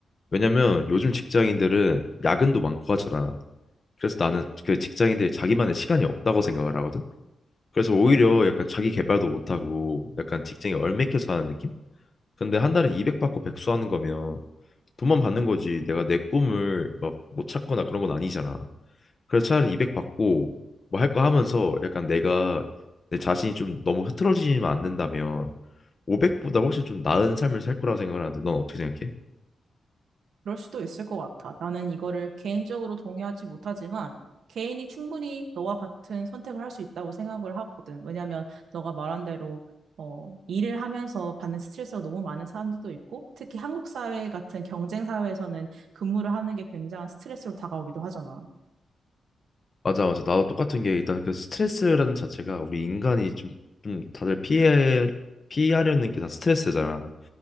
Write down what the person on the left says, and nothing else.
왜냐면 요즘 직장인들은 야근도 많고 하잖아. 그래서 나는 그 직장인들이 자기만의 시간이 없다고 생각을 하거든. 그래서 오히려 약간 자기 개발도 못하고 약간 직장에 얽매여 사는 느낌? 근데 한 달에 200 받고 백수하는 거면 돈만 받는 거지. 내가 내 꿈을 막 못 찾거나 그런 건 아니잖아. 그래서 차라리 200 받고 뭐 할 거 하면서 약간 내가 내 자신이 좀 너무 흐트러지지만 않는다면 500보다 훨씬 좀 나은 삶을 살 거라고 생각을 하는데 넌 어떻게 생각해?
맞아 맞아 나도 똑같은 게 일단 그 스트레스라는 자체가 우리 인간이 좀, 좀 다들 피해 피하려는 게 다 스트레스잖아